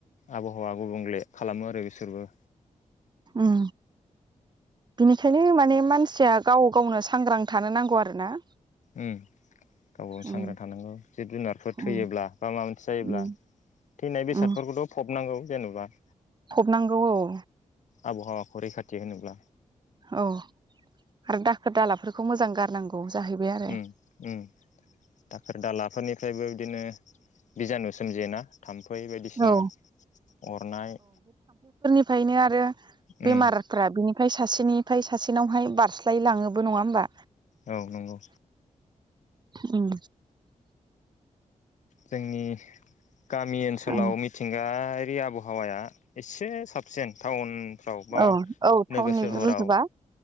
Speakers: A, on the left; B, on the right.
A: आबहावा गुबुंले खालामो आरो बिसोरबो।
B: उम बिनिखायनो माने मानसिया गाव गावनो सांग्रां थानो नांगौ आरो ना।
A: उम गाव गावनो सांग्रां
B: उम
A: थानांगौ जिब जुनारफोर
B: उम
A: थैयोब्ला बा माबा मोनसे जायोब्ला
B: उम
A: थैनाय बेसादफोरखौथ'
B: उम
A: फब नांगौ जेनेबा
B: फबनांगौ औ।
A: आबहावाखौ रैखाथि होनोब्ला।
B: औ आरो दालाफोरखौ मोजां गारनांगौ। जाहैबाय आरो
A: उम उम दाखोर दालाफोरनिफ्रायबो बिदिनो बिजानु सोमजियो ना थाम्फै बायदिसिना
B: औ
A: अरनाय।
B: ओंखायनो आरो बेमारफ्रा
A: उम
B: बिनिफ्राय सासेनि फ्राय सासेनावहाय बारस्लायलाङोबो नङा होमबा?
A: औ नंगौ।
B: उम
A: जोंनि गामि ओनसोलाव
B: औ
A: मिथिंगा यारि आबहावाया एसे साबसिन टाउन फ्राव बा
B: औ औ टाउननि
A: नोगोर सोहोराव
B: रुजुबा